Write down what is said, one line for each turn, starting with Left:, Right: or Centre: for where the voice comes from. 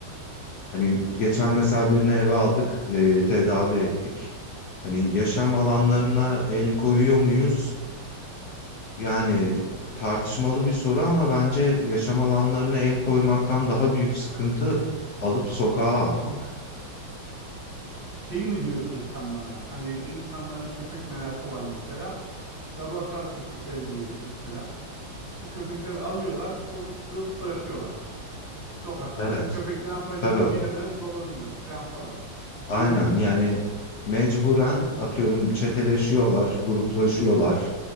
Left: Hani geçen
Right: Evet.
Left: mesela birini eve aldık, e, tedavi ettik. Hani yaşam alanlarına el koyuyor muyuz? Yani tartışmalı bir soru ama bence yaşam alanlarına el koymaktan daha büyük sıkıntı alıp sokağa atmak.
Right: Şeyi mi diyorsun sen bana? Hani insanların köpek merakı var mesela. Laboratuvar köpekleri diyelim mesela. O köpekleri alıyorlar sonra sıkılıp bırakıyorlar. Sokakta.
Left: Evet,
Right: Köpek ne yapacağını
Left: tabii.
Right: bilemeden dolanıyor filan falan. Onu
Left: Aynen
Right: diyorsun
Left: yani
Right: değil mi?
Left: mecburen atıyorum çeteleşiyorlar, gruplaşıyorlar.